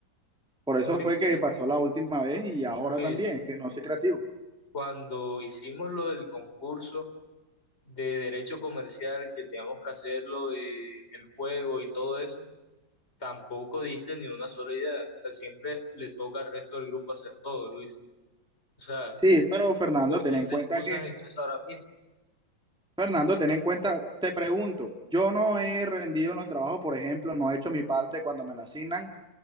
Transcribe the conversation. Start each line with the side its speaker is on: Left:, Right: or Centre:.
Centre: Por
Left: Luis,
Centre: eso fue que pasó la última vez y ahora
Left: Luis,
Centre: también, es que no soy creativo.
Left: cuando hicimos lo del concurso de derecho comercial, que teníamos que hacerlo, de el juego y todo eso, tampoco diste ni una sola idea. O sea, siempre le toca al resto del grupo hacer todo, Luis. O sea,
Centre: Sí, pero Fernando,
Left: ¿por
Centre: ten
Left: qué
Centre: en
Left: te
Centre: cuenta
Left: excusas
Centre: que,
Left: en eso ahora mismo?
Centre: Fernando, ten en cuenta, te pregunto, yo no he rendido en los trabajos, por ejemplo, no he hecho mi parte cuando me la asignan,